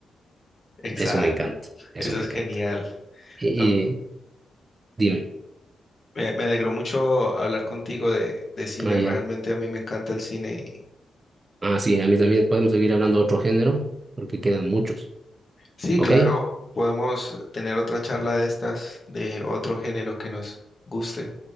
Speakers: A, on the left; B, on the right.
A: Exacto.
B: Eso me encanta, eso
A: Eso
B: me
A: es
B: encanta.
A: genial.
B: Y,
A: No,
B: y dime,
A: Me, me alegró mucho hablar contigo de, de cine.
B: ah, ya.
A: Realmente a mí me encanta el cine
B: Ah, sí, a mí también podemos seguir hablando de otro género porque quedan muchos.
A: Sí,
B: ¿Ok?
A: claro, podemos tener otra charla de estas, de otro género que nos guste.